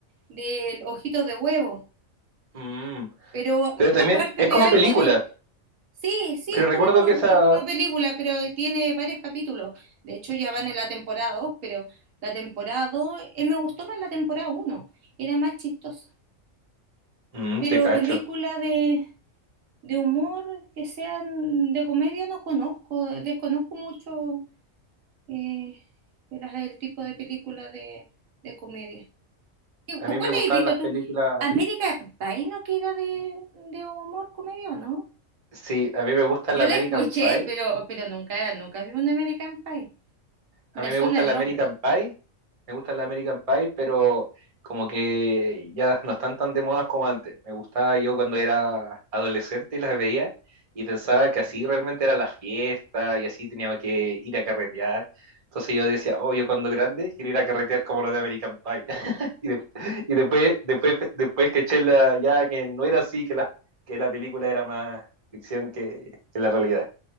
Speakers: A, on the right; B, on the right.
A: del Ojito de Huevo.
B: Mm,
A: Pero
B: pero también
A: aparte
B: es
A: de
B: como
A: algo
B: película.
A: de Sí, sí,
B: Pero
A: es
B: recuerdo
A: como,
B: que esa...
A: es como película, pero tiene varios capítulos. De hecho, ya van en la temporada 2, pero la temporada 2, eh, me gustó más la temporada uno, era más chistosa.
B: Mm,
A: Pero
B: te cacho.
A: película de, de humor, que sean de comedia, no conozco, desconozco mucho eh, el, el tipo de película de, de comedia. ¿Y- ¿O
B: A mí
A: cuál
B: me gustaban
A: has visto
B: las
A: tú?
B: películas...
A: América Pie, ¿no que era de, de humor, comedia o no?
B: Sí, a mí me gusta
A: Yo
B: la American
A: la escuché,
B: Pie
A: pero, pero nunca, nunca vi un American Pie.
B: A
A: Me
B: mí me
A: suena
B: gusta
A: el
B: la
A: nombre.
B: American Pie, me gusta la American Pie, pero como que ya no están tan de moda como antes. Me gustaba yo cuando era adolescente y las veía y pensaba que así realmente era la fiesta y así tenía que ir a carretear. Entonces yo decía, oh, yo cuando grande quiero ir a carretear como los de American Pie. <laughs> Y, de- y después, después, después que eché la- ya que no era así, que la, que la película era más ficción que, que la realidad.